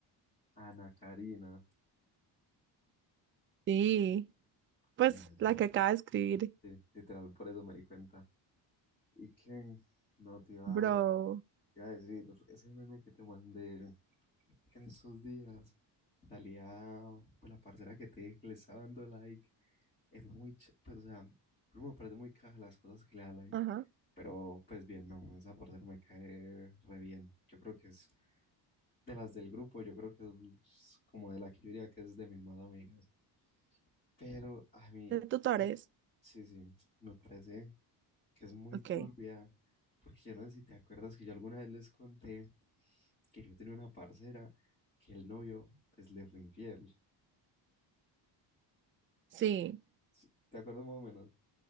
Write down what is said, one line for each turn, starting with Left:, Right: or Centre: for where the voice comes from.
Left: Ana Karina.
Right: Sí. Pues
Left: Ya, ya,
Right: la que acaba
Left: ya.
Right: de escribir.
Left: Sí, literal, por eso me di cuenta. ¿Y qué? No, te iba,
Right: Bro.
Left: te iba a decir, ese meme que te mandé. En esos días salía pues la parcera que te dije que le estaba dando like. Es muy, ch- pues o sea, primero me parece muy caja las cosas que le da like.
Right: Ajá.
Left: Pero pues bien, no, esa parcera me cae re bien. Yo creo que es de las del grupo, yo creo que es como de la que yo diría que es de mis más amigas. Pero a mí,
Right: ¿De tutores?
Left: la- sí, sí, me parece que es muy
Right: Ok.
Left: turbia. Porque yo no sé si te acuerdas que yo alguna vez les conté que yo tenía una parcera que el novio pues le fue infiel.
Right: Sí,
Left: Sí, ¿Te acuerdas más o menos?